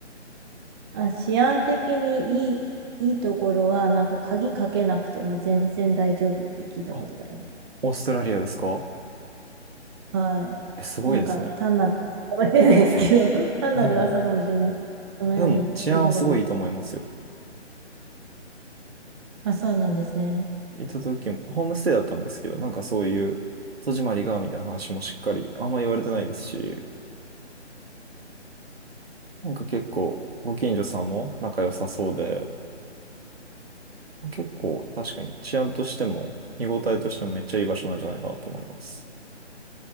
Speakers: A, on the right; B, on the right.
A: あ、治安的にいい、いいところは、なんか鍵かけなくても全然大丈夫って聞いたことがあります。
B: あ、オーストラリアですか
A: はい。
B: え、すごいですね。
A: なんか、単なる噂かもしれないですけど、<laughs> 単なる噂かもしれない。
B: でも、
A: そのように聞いたことが。
B: でも治安はすごいいいと思いますよ。
A: あ、そうなんですね。
B: 行った時も、ホームステイだったんですけど、なんかそういう、戸締まりが、みたいな話もしっかり、あんま言われてないですし、なんか結構、ご近所さんも仲良さそうで、結構、確かに治安としても、見応えとしてもめっちゃいい場所なんじゃないかなと思います。